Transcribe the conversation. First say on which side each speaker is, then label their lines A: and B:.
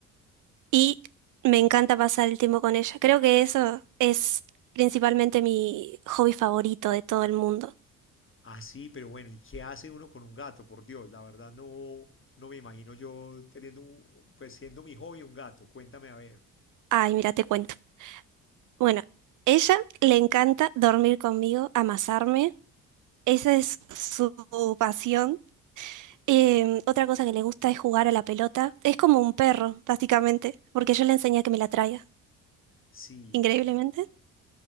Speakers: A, on the right; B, on the left.
A: y me encanta pasar el tiempo con ella. Creo que eso es principalmente mi hobby favorito de todo el mundo.
B: Ah, sí, pero bueno, ¿y qué hace uno con un gato? Por Dios, la verdad no, no me imagino yo teniendo, un- pues siendo mi hobby un gato. Cuéntame a ver.
A: Ay, mira, te cuento. Bueno, ella le encanta dormir conmigo, amasarme. Esa es su pasión. Em, otra cosa que le gusta es jugar a la pelota. Es como un perro, básicamente, porque yo le enseñé a que me la traiga,
B: Sí,
A: increíblemente.